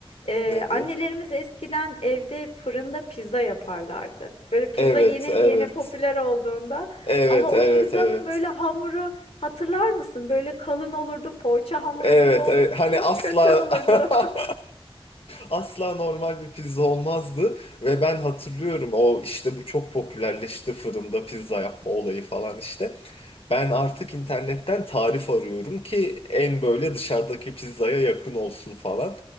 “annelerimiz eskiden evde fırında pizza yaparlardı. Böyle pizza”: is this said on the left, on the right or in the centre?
Left